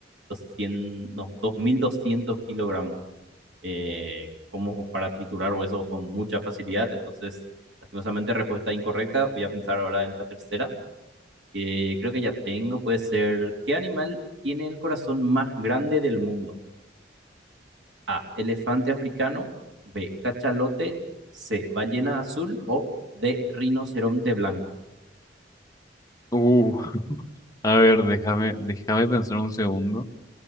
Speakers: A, on the right; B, on the left.
A: 200, no, 2200 kilogramos. eh, como para triturar huesos con mucha facilidad. Entonces, lastimosamente, respuesta incorrecta. Voy a pensar ahora en la tercera, que creo que ya tengo. Puede ser, ¿qué animal tiene el corazón más grande del mundo? A, elefante africano, B, cachalote, C, ballena azul o D, rinoceronte blanco.
B: Uh, a ver, déjame déjame pensar un segundo.